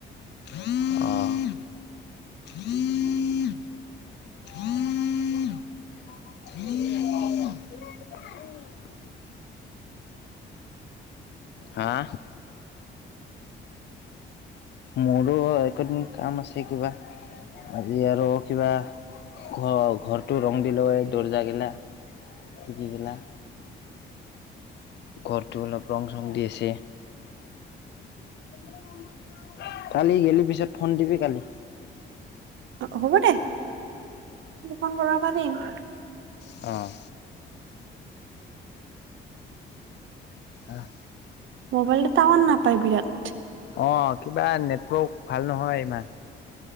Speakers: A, on the left (about 60°); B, on the right (about 75°).
A: অ'। হ হ <unintelligible> হা মোৰো এইকেদিন কাম আছে কিবা। আজি আৰু কিবা ঘ-ঘৰটো ৰং দিলো হয় দৰ্জাগিলা। খিৰকি গিলা। ঘৰটো অলপ ৰং চং দি আছে। ন ন <unintelligible> কালি গেলি পিছত ফোন দিবি কালি।
B: অ হ'ব দে ফোন কৰাৰ পা দিম <unintelligible>
A: অ' আহ
B: মোবাইলটো টাৱাৰ নাপায় বিৰাট।
A: অ' কিবা নেটৱৰ্ক ভাল নহয় ইমান